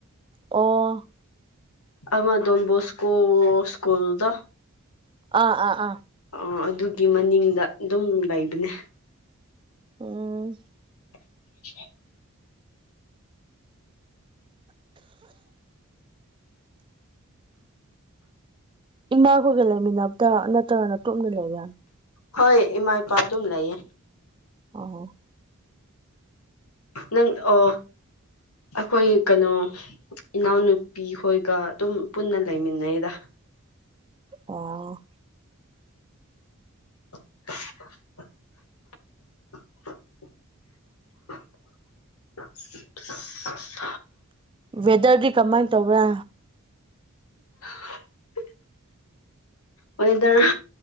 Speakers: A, on the right; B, on the left.
A: ꯑꯣ
B: ꯑꯗꯨꯃ ꯗꯣꯟꯕꯣꯁꯀꯣ ꯁ꯭ꯀꯨꯜꯗ
A: ꯑꯥ ꯑꯥ ꯑꯥ
B: ꯑ ꯑꯗꯨꯒꯤ ꯃꯅꯤꯡꯗ ꯑꯗꯨꯝ ꯂꯩꯕꯅꯦ
A: ꯎꯝ
B: <unintelligible> <inaudible>
A: ꯏꯃꯥꯒꯣꯏꯒ ꯂꯩꯃꯤꯟꯅꯕꯔꯥ ꯅꯠꯇ꯭ꯔꯒꯅ ꯅꯇꯣꯝꯇ ꯂꯩꯕꯔ
B: ꯍꯣꯏ ꯏꯃꯥ ꯏꯄꯥ ꯑꯗꯨꯝ ꯂꯩꯌꯦ
A: ꯑꯣ
B: ꯅꯪ ꯑꯣ ꯑꯩꯈꯣꯏ ꯀꯩꯅꯣ ꯏꯅꯥꯎꯅꯨꯄꯤ ꯍꯣꯏꯒ ꯑꯗꯨꯝ ꯄꯨꯟꯅ ꯂꯩꯃꯤꯟꯅꯩꯗ
A: ꯑꯣ
B: <unintelligible> <unintelligible> <inaudible> <inaudible>
A: ꯋꯦꯗꯔꯗꯤ ꯀꯃꯥꯏꯅ ꯇꯧꯕ꯭ꯔ
B: <unintelligible> <inaudible> ꯑꯣꯏꯗꯔ